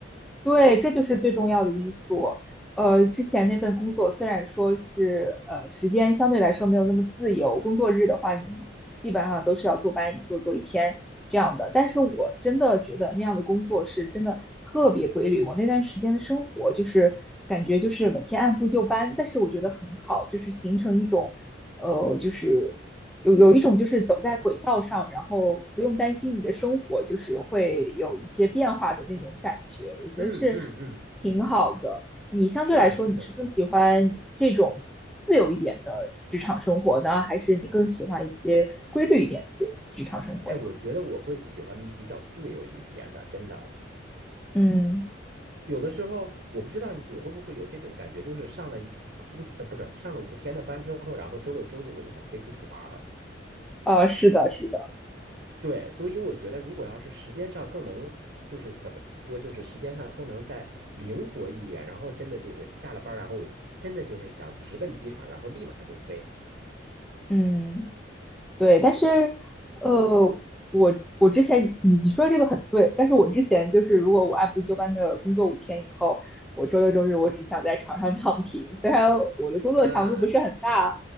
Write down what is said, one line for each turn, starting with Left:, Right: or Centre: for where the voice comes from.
Centre: 对，这就是最重要的因素。呃，之前那份工作虽然说是呃时间相对来说没有那么自由，工作日的话你基本上都是要坐班一坐坐一天这样的，但是我真的觉得那样的工作是真的特别规律。我那段时间的生活就是感觉就是每天按部就班，但是我觉得很好，就是形成一种呃就是有有一种就是走在轨道上，然后不用担心你的生活就是会有一些变化的那种感觉，我觉得是
Right: 嗯嗯嗯，
Centre: 挺好的。你相对来说，
Right: 是的，是的，
Centre: 你是更喜欢这种自由一点的职场生活呢，
Right: 是的。
Centre: 还是你更喜欢一些规律一点的职场生活呀？
Right: 哎，我觉得我会喜欢比较自由一点的，真的。
Centre: 嗯
Right: 有的时候我不知道你会不会有这种感觉，就是上了一五个星期，呃，不是上了五天的班之后，然后周六周日我就想飞出去玩儿。
Centre: 呃，是的，是的，
Right: 对，所以我觉得如果要是时间上更能，就是怎么说，就是时间上更能再灵活一点，然后真的就是下了班儿，然后我真的就是想直奔机场，然后立马就飞
Centre: 嗯。对，但是，呃，我我之前你你说的这个很对，但是我之前就是，如果我按部就班的工作五天以后，我周六周日我只想在床上躺平。虽然我的工作强度不是很大，
Right: 啊。